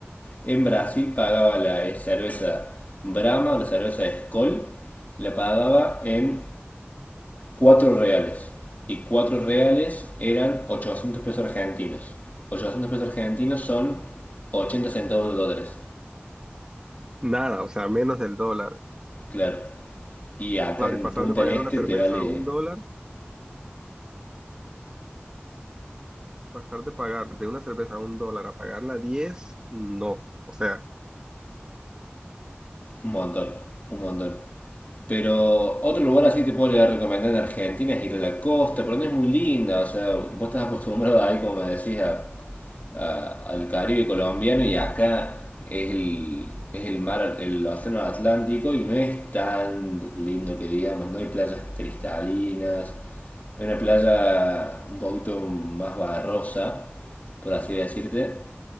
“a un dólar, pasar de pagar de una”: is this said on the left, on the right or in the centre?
Right